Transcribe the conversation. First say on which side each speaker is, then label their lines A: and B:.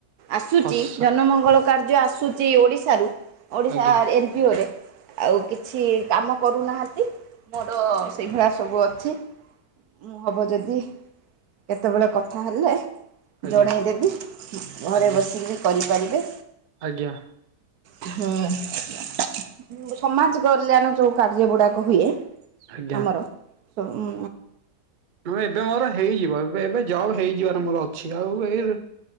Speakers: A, on the right; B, on the right.
A: ଆସୁଚି
B: ଫସ
A: ଜନମଙ୍ଗଳ କାର୍ଯ୍ୟ ଆସୁ ଆସୁଛି ଓଡ଼ିଶାରୁ ଓଡ଼ିଶା
B: ଆଜ୍ଞା
A: ଏନ୍ ଜି ଓ ରେ ଆଉ କିଛି କାମ କରୁନାହାଁନ୍ତି। ମୋର ସେଇଭଳିଆ ସବୁ ଅଛି। ମୁଁ ହବ ଯଦି କେତେବେଳେ କଥା ହେଲେ
B: ଆଜ୍ଞା
A: ଜଣେଇଦେବି ଘରେ
B: ଆଜ୍ଞା
A: ବସି କି କରିପାରିବେ।
B: ଆଜ୍ଞା।
A: ହୁଁ ଯୋଉ ସମାଜ କଲ୍ୟାଣ ଯୋଉ କାର୍ଯ୍ୟ ଗୁଡାକ ହୁଏ
B: ଆଜ୍ଞା।
A: ଆମର ସମୁ
B: ହଁ ଏବେ ମୋର ହେଇଯିବ ଏବେ ଏବେ ଜବ ହେଇଯିବାର ମୋର ଅଛି ଆଉ ଏଇ